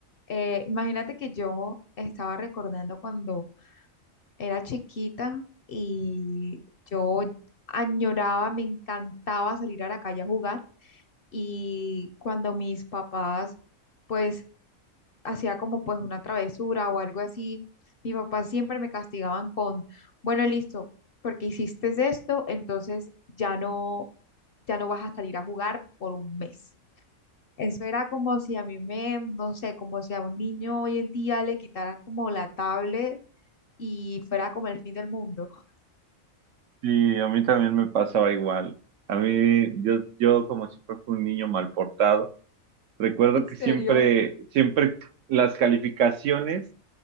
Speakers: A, on the left; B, on the right.
A: Eh, imagínate que yo estaba recordando cuando era chiquita y yo añoraba, me encantaba salir a la calle a jugar y cuando mis papás pues hacía como pues una travesura o algo así, mis papás siempre me castigaban con, bueno, listo, porque hiciste esto, entonces ya no, ya no vas a salir a jugar por un mes. Eso era como si a mí me, no sé, como si a un niño hoy en día le quitaran como la tablet y fuera como el fin del mundo. <laughs>
B: Sí, a mí también me pasaba igual. A mí, yo, yo como siempre fui un niño mal portado, recuerdo
A: ¿En
B: que
A: serio?
B: siempre, siempre las calificaciones